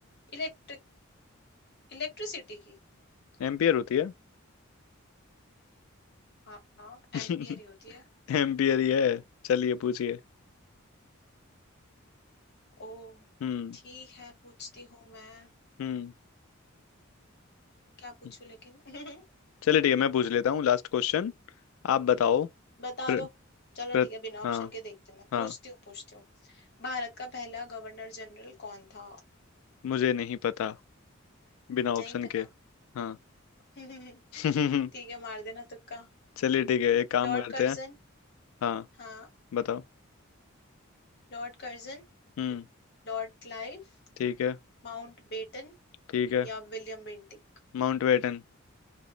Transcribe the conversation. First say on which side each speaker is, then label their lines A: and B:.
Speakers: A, on the left; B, on the left.
A: इलेक्ट्रिक इलेक्ट्रिसिटी की
B: एम्पियर होती है
A: हाँ
B: <laughs>
A: एम्पियर ही होती है
B: एम्पियर ही है चलिए पूछिए
A: ओह
B: हम्म
A: ठीक है पूछती हूँ मैं
B: हम्म
A: क्या पूछूं
B: हम्म।
A: लेकिन <laughs>
B: चलिए ठीक है मैं पूछ लेता हूँ लास्ट क्वेश्चन आप बताओ
A: बता
B: प्र,
A: दो चलो
B: प्र,
A: ठीक है बिना
B: हाँ
A: ऑप्शन के देखती हूँ मैं
B: हाँ
A: पूछती हूँ पूछती हूँ भारत का पहला गवर्नर जनरल कौन था
B: मुझे नहीं पता बिना ऑप्शन
A: नहीं पता
B: के हाँ
A: <laughs>
B: <laughs>
A: ठीक है मार देना तुक्का
B: चलिए ठीक है एक काम
A: Lord
B: करते
A: Curzon
B: हैं हाँ
A: हाँ
B: बताओ
A: Lord Curzon
B: हम्म
A: Lord Clive
B: ठीक है
A: Mountbatten
B: ठीक है
A: या विलियम बेंटिक
B: माउंट बेटन